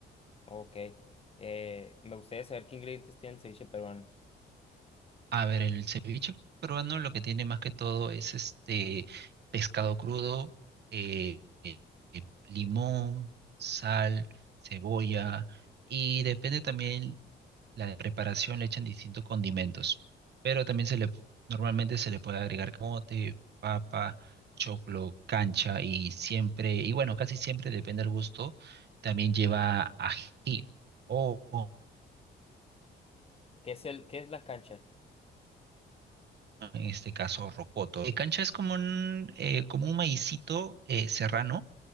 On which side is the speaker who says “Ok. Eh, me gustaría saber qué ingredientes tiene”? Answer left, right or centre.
Left